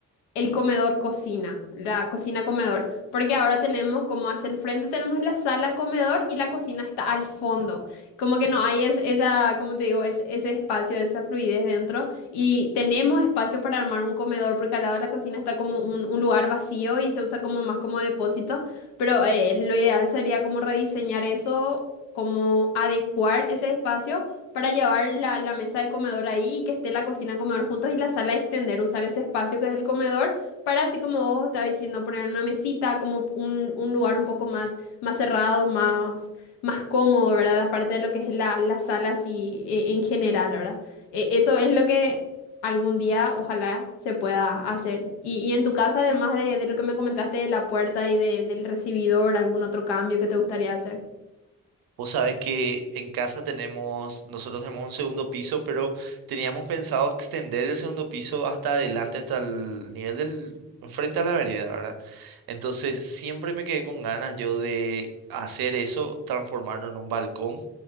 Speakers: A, on the left (about 80°); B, on the right (about 65°).
A: el comedor cocina, la cocina comedor, porque ahora tenemos como hacia el frente tenemos la sala comedor y la cocina está al fondo, como que no hay es- esa, como te digo, es, ese espacio, esa fluidez dentro y tenemos espacio para armar un comedor porque al lado de la cocina está como un, un lugar vacío y se usa como más como depósito. Pero eh, lo ideal sería como rediseñar eso, como adecuar ese espacio para llevar la, la mesa de comedor ahí y que esté la cocina comedor juntos y la sala extender, usar ese espacio que es el comedor para así como vos estabas diciendo, poner una mesita, como un, un lugar un poco más, más cerrado, más, más cómodo, ¿verdad? Aparte de lo que es la, la sala así eh, en general, ¿verdad? Eh, eso es lo que algún día ojalá se pueda hacer. Y, y en tu casa, además de, de lo que me comentaste de la puerta y de- del recibidor, ¿algún otro cambio que te gustaría hacer?
B: Vos sabés que en casa tenemos, nosotros tenemos un segundo piso, pero teníamos pensado extender el segundo piso hasta adelante, hasta el nivel del, frente a la vereda, ¿verdad? Entonces siempre me quedé con ganas yo de hacer eso, transformarlo en un balcón